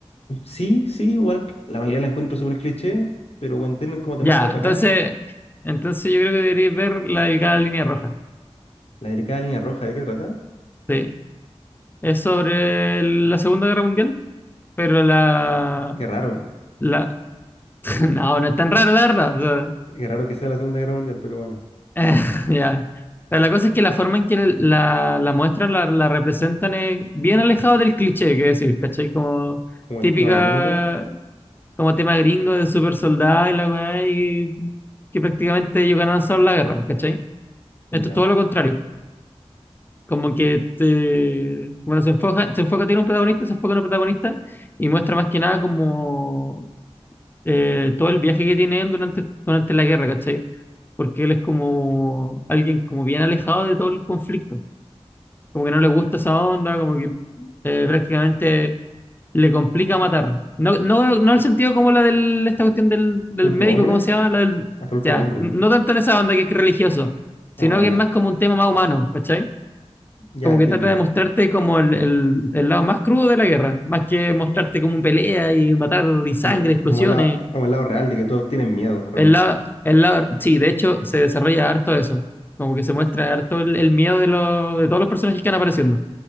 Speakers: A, on the left (about 65°); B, on the left (about 20°).
A: Sí, sí, igual que- la mayoría la encuentro súper cliché, pero cuando tienen como temáticas
B: Ya,
A: bacanes,
B: entonces, entonces yo creo que deberíais ver la delgada línea roja.
A: la delicada línea roja, ¿de qué trata?
B: Sí. Es sobre la Segunda Guerra Mundial Pero la,
A: Qué raro.
B: la, <laughs> no, no es tan raro, la verdad. o
A: Qué raro que sea la Segunda Guerra Mundial, pero bueno.
B: sea, <laughs> ya. Pero la cosa es que la forma en que la, la muestra la, la representan es bien alejado del cliché, que decir, ¿cachai? Como
A: Como
B: típica,
A: el tema gringo,
B: como tema gringo de super soldado y la weá, y que prácticamente ellos ganaron solo la guerra, pues, ¿cachai? Esto
A: ya.
B: es todo lo contrario. Como que te, bueno, se enfoca, se enfoca, tiene un protagonista, se enfoca en un protagonista y muestra más que nada como eh, todo el viaje que tiene él durante, durante la guerra, ¿cachai? Porque él es como alguien como bien alejado de todo el conflicto, como que no le gusta esa onda, como que eh, prácticamente le complica matar. No, no, no el sentido como la de esta cuestión del, del
A: Último
B: médico,
A: hombre,
B: ¿cómo se llama? La del,
A: hasta el
B: ya,
A: último hombre.
B: no tanto en esa onda que es religioso, sino
A: Ah, ya,
B: que es más como un tema más humano, ¿cachai?
A: ya
B: Como
A: entiendo.
B: que trata de mostrarte como el, el- el lado más crudo de la guerra, más que mostrarte como un pelea y matar y sangre,
A: Como,
B: explosiones
A: como el, la- como el lado real de que todos tienen miedo realmente.
B: Es la, es la, sí, de hecho se desarrolla harto eso, como que se muestra harto el, el miedo de, los de todos los personajes que van apareciendo.